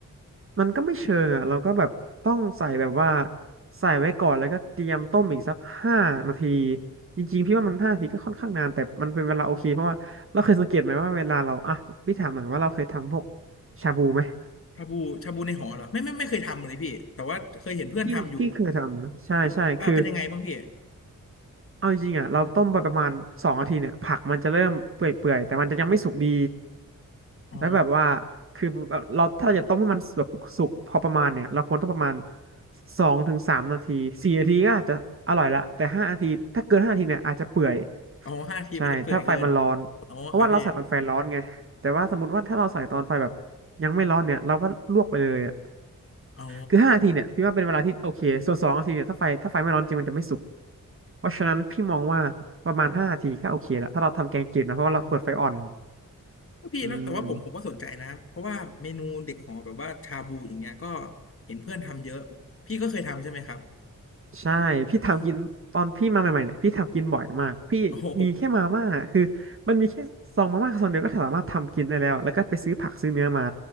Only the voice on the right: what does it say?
มันก็ไม่เชิงอ่ะเราก็แบบต้องใส่แบบว่าใส่ไว้ก่อนแล้วก็เตรียมต้มอีกสักห้านาทีจริงๆพี่ว่ามันห้านาทีก็ค่อนข้างนานแต่มันเป็นเวลาโอเคเพราะว่าเราเคยสังเกตไหมว่าเวลาเราอ่ะพี่ถามหน่อยว่าเราเคยทำพวกชาบูไหม
พี่พี่เคยทำนะใช่ใช่คือ
เอาจริงๆอ่ะเราต้มไปประมาณสองนาทีเนี่ยผักมันจะเริ่มเปื่อยๆแต่มันจะยังไม่สุกดี
แล้วแบบว่าคือแบบเราถ้าเราจะต้มให้มันแบบสุกพอประมาณเนี่ยเราควรต้องประมาณสองถึงสามนาทีสี่นาทีก็อาจจะอร่อยละแต่ห้านาทีถ้าเกินห้านาทีเนี่ยอาจจะเปื่อย
ใช่ถ้าไฟมันร้อนเพราะว่าเราใส่ตอนไฟร้อนไงแต่ว่าสมมติว่าถ้าเราใส่ตอนไฟแบบ
ยังไม่ร้อนเนี่ยเราก็ลวกไปเลยอะ
คือห้านาทีเนี่ยพี่ว่าเป็นเวลาที่โอเคส่วนสองนาทีเนี่ยถ้าไฟถ้าไฟไม่ร้อนจริงมันจะไม่สุก เพราะฉะนั้นพี่มองว่าประมาณห้านาทีก็โอเคแล้วถ้าเราทำแกงจืดนะเพราะว่าเราเปิดไฟอ่อน
อืม
ใช่พี่ทำกินตอนพี่มาใหม่ๆเนี่ยพี่ทำกินบ่อยมากพี่มีแค่มาม่าคือมันมีแค่ซองมาม่าซองเดียวก็สามารถทำกินได้แล้วแล้วก็ไปซื้อผักซื้อเนื้อมา